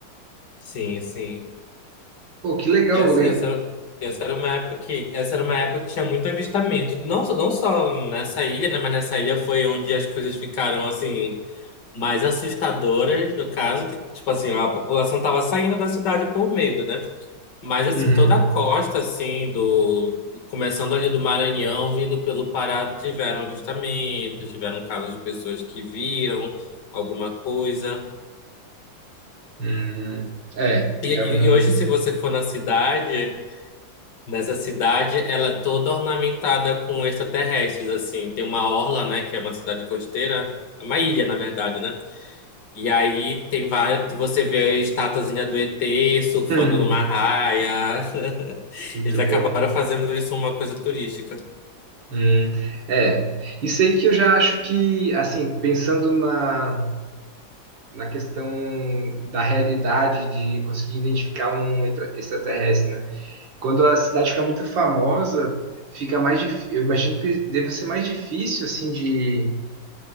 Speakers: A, on the left (about 65°); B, on the right (about 75°).
A: Sim, sim.
B: Pô, que legal.
A: E assim,
B: le-
A: essa, essa era uma época que, essa era uma época que tinha muito avistamento. Não, só- não só nessa ilha, né? Mas nessa ilha foi onde as coisas ficaram, assim, mais assustadoras, no caso, que, tipo assim, a população tava saindo da cidade por medo, né? Mas, assim,
B: Uhum.
A: toda a costa, assim, do... Começando ali do Maranhão, vindo pelo Pará, tiveram avistamentos, tiveram casos de pessoas que viram alguma coisa.
B: Uhum. É,
A: E, e
B: é um.
A: e hoje, se você for na cidade... Nessa cidade, ela é toda ornamentada com extraterrestres, assim. Tem uma orla, né, que é uma cidade costeira, é uma ilha, na verdade, né? E aí tem vários, você vê a estatuazinha do ET surfando
B: Uhum.
A: numa raia. <laughs>
B: Muito
A: Eles acabaram
B: bom.
A: fazendo isso uma coisa turística.
B: Uhum. É. Isso aí que eu já acho que, assim, pensando na, na questão da realidade de conseguir identificar um extra- extraterrestre, né? Quando a cidade fica muito famosa, fica mais dif... eu imagino que deve ser mais difícil assim de,